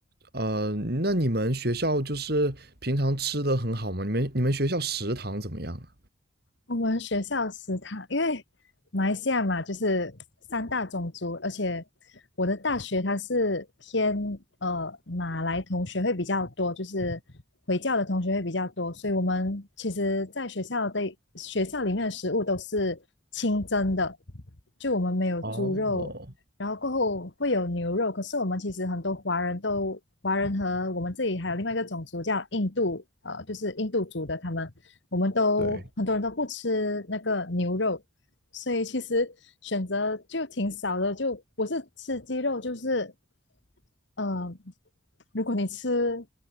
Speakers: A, on the right; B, on the left.
A: 呃，那你们学校就是平常吃的很好吗？你们你们学校食堂怎么样啊？
B: 我们学校食堂，因为马来西亚嘛，就是三大种族，而且我的大学它是偏呃马来同学会比较多，就是回教的同学会比较多，所以我们其实在学校的学校里面的食物都是清真的，就我们没有猪肉，
A: 哦，
B: 然后过后会有牛肉，可是我们其实很多华人都华人和我们这里还有另外一个种族叫印度，呃，就是印度族的他们。我们都很多人都不吃那个牛肉，
A: 对。
B: 所以其实选择就挺少的。就我是吃鸡肉，就是嗯，如果你吃